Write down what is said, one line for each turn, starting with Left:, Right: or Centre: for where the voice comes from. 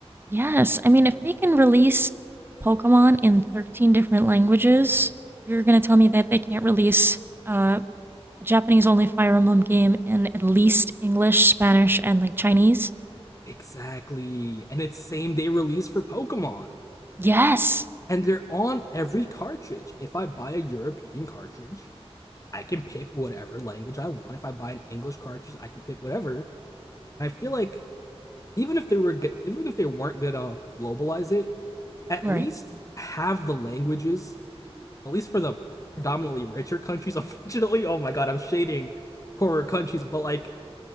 Right: Yes, I mean, if they can release Pokemon in 13 different languages, you're gonna tell me that they can't release uh, a Japanese-only Fire Emblem game in at least English, Spanish, and like Chinese?
Left: exactly, and it's same day release for Pokemon,
Right: Yes,
Left: and they're on every cartridge. If I buy a European cartridge, I can pick whatever language I want. If I buy an English cartridge, I can pick whatever. I feel like even if they were good, even if they weren't gonna globalize it, at
Right: right.
Left: least
Right: <laughs>
Left: have the languages, at least for the predominantly richer countries. <laughs> Unfortunately, oh my god, I'm shading poorer countries, but like,